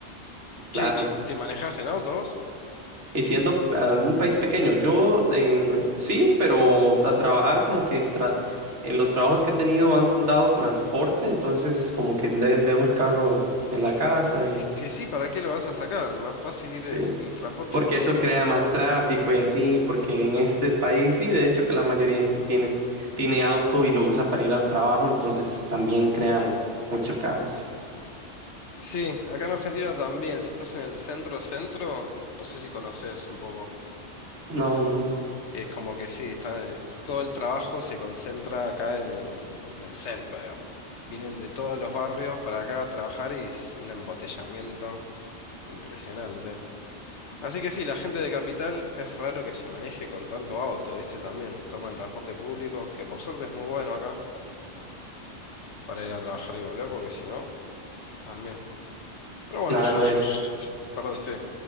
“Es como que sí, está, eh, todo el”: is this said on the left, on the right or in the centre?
Left